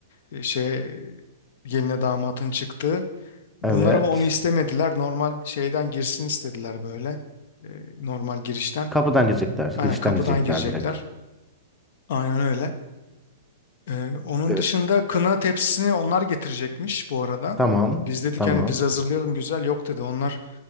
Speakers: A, on the left; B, in the centre.
A: E, Şey e, geline damatın çıktığı. Bunlar
B: Evet.
A: ama onu istemediler. Normal şeyden girsin istediler böyle. E, normal girişten.
B: Kapıdan girecekler.
A: Aynen
B: Girişten
A: kapıdan
B: girecekler
A: girecekler.
B: direkt.
A: Aynen öyle. E, onun
B: Ee,
A: dışında kına tepsisini onlar getirecekmiş bu arada.
B: tamam.
A: Biz dedik
B: Tamam.
A: hani biz hazırlayalım güzel. Yok dedi onlar